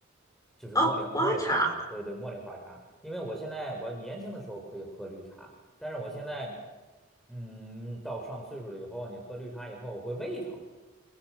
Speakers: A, in the centre; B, on the left.
A: 就是茉莉茉莉花茶，
B: 哦，花茶
A: 对对，茉莉花茶。因为我现在我年轻的时候可以喝绿茶，但是我现在嗯到上岁数了以后，你喝绿茶以后我会胃疼。